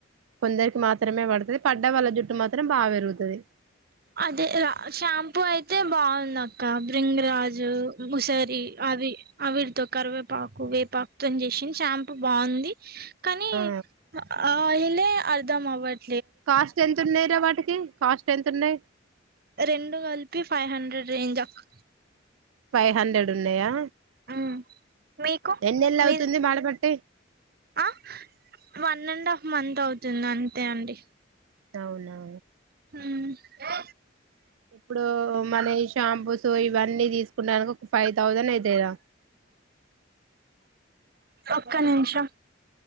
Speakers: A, on the right; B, on the right.
A: కొందరికి మాత్రమే పడతుది పడ్డ వాళ్ళ జుట్టు మాత్రం బాగా పెరుగుతది
B: అదే రా షాంపూ అయితే బాగుందక్క బ్రింగ్ రాజు ఉసరి ది అవి అవిటితో కరివేపాకు వేపాకుతో చేసింది షాంపూ బాగుంది కానీ
A: ఆ
B: ఆ ఆయిలే అర్థమవట్లే
A: కాస్ట్ ఎంతున్నాయ్ రా వాటికి కాస్ట్ ఎంతున్నాయ్
B: రెండు కలిపి ఫైవ్ హండ్రెడ్ రేంజ్ అక్కా
A: ఫైవ్ హండ్రెడ్ ఉన్నాయా
B: మ్మ్ మీకు
A: ఎన్నేళ్ళు
B: మీది
A: అవుతుంది మాడబేట్టి
B: ఆ వన్అండ్ హాఫ్ మంత్ అవుతుంది అంతే అండి
A: తవునా
B: ఊ
A: ఇప్పుడు మన షాంపూస్ ఈవన్నీ తీసుకున్నాక ఒక ఫైవ్ థౌసండ్ అయితయ్ రా
B: ఒక్క నిమిషం